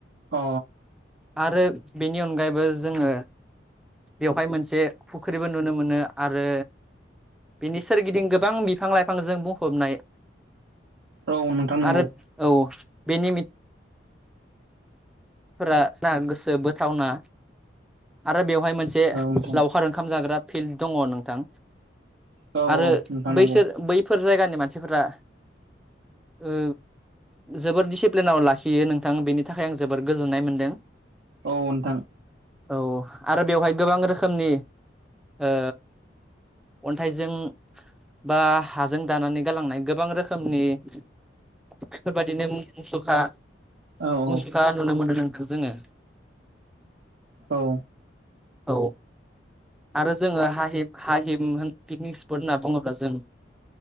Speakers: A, on the right (about 85°); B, in the centre.
A: अ
B: आरो बेनि अनगायैबो जोङो बेवहाय मोनसे फुख्रिबो नुनो मोनो आरो बिनि सोरगिदिं गोबां बिफां लाइफांजों बुंफबनाय
A: औ नोंथां नंगौ
B: आरो औ बेनि फोरा गोसो बोथावना आरो बेवहाय मोनसे
A: औ नोंथां
B: लावखार ओंखाम जाग्रा फिल्ड दङ नोंथां
A: औ
B: आरो
A: नोंथां नंगौ
B: बैसोर बैफोर जायगानि मानसिफोरा ओ जोबोर दिडिसिप्लिनाव लाखियो नोंथां बेनि थाखाय आं जोब बोर गोजोननाय मोनदों
A: औ नोंथां
B: औ आरो बेवहाय गोबां रोख खोमनि ओ अन्थाइजों बा हाजों दानानै गालांनाय गोबां रोखोमनि बेफोरबायादिनो मुसुखा
A: औ औ
B: मुसुखा नुनो मोनो नोंथों जोङो
A: औ
B: औ आरो जोङो हाहि हाहिब होन पिकनिक स्पट होनना बुङोब्ला जों